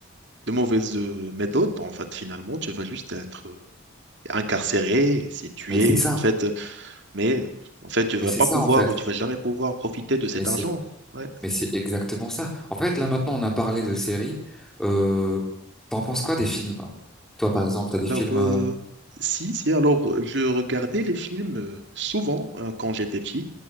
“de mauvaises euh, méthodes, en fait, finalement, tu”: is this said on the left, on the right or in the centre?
Right